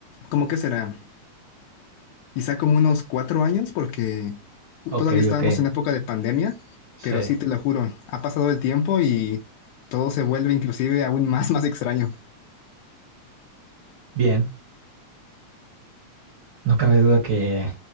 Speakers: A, on the left; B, on the right.
A: ¿cómo que será? Quizá como unos cuatro años, porque
B: Ok,
A: todavía estábamos
B: ok,
A: en época de pandemia,
B: sí,
A: pero sí te lo juro, ha pasado el tiempo y todo se vuelve inclusive aún más, <laughs> más extraño.
B: bien. No cabe duda que